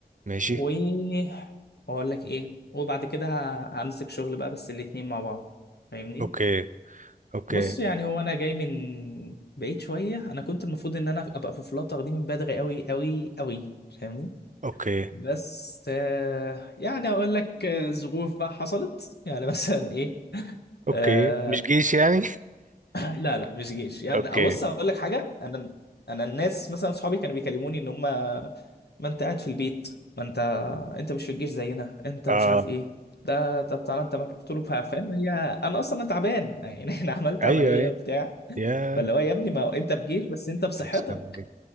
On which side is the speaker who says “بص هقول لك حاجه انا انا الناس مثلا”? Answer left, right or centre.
Left